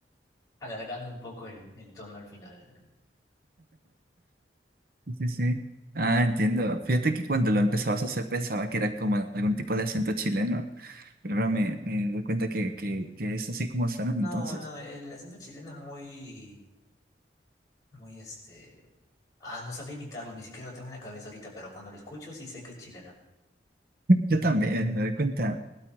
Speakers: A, on the left; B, on the right.
A: alargando un poco el, el tono al final.
B: Sí, sí. Ah, entiendo. Fíjate que cuando lo empezabas a hacer pensaba que era como algún tipo de acento chileno, pero ahora me, me doy cuenta que, que, que es así como suenan
A: No,
B: entonces.
A: no, el acento chileno es muy, muy este. Ah, no sabría imitarlo, ni siquiera lo tengo en la cabeza ahorita, pero cuando lo escucho sí sé que es chileno.
B: Yo también me doy cuenta,